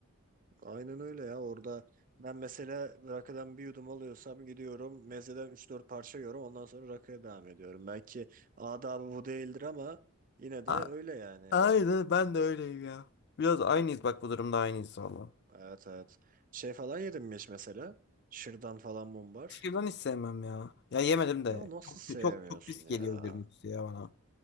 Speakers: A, on the right; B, on the left.
A: Aynen öyle ya orada ben mesela rakadan bir yudum alıyorsam gidiyorum mezeden üç dört parça yiyorum ondan sonra rakıya devam ediyorum. Belki adabı bu değildir ama
B: <laughs>
A: yine de
B: A-
A: öyle yani.
B: Aynen ben de öyleyim ya. Biraz aynıyız bak bu durumda aynıyız valla.
A: Evet evet. Şey falan yedim mi hiç mesela? Şırdan falan mumbar.
B: Şırdan hiç sevmem ya. Ya yemedim
A: Ya
B: de.
A: nasıl
B: Çok
A: sevmiyorsun
B: çok çok pis geliyor
A: ya?
B: görüntüsü ya bana.